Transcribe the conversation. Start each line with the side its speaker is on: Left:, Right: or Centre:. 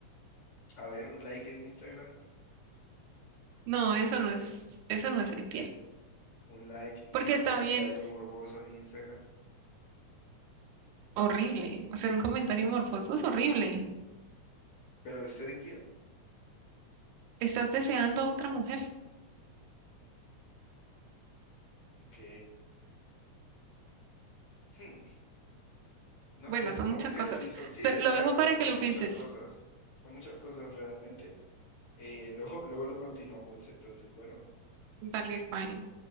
Left: A ver, un like en Instagram,
Right: No, eso no es, eso no es ser infiel.
Left: un like y
Right: Porque
Left: un
Right: está
Left: comentario
Right: bien
Left: morboso en Instagram.
Right: horrible. O sea, un comentario morboso es horrible.
Left: ¿Pero es ser infiel?
Right: Estás deseando a otra mujer.
Left: Ok. Hmm, No
Right: Bueno,
Left: sé, supongo
Right: son muchas
Left: que
Right: cosas.
Left: sí son. Sí,
Right: Te-
Left: exacto.
Right: lo dejo para
Left: Es que
Right: que
Left: son
Right: lo pienses.
Left: muchas cosas. Son muchas cosas realmente. Eh, <laughs> luego, luego lo continuamos. Entonces, bueno,
Right: Dale, está bien.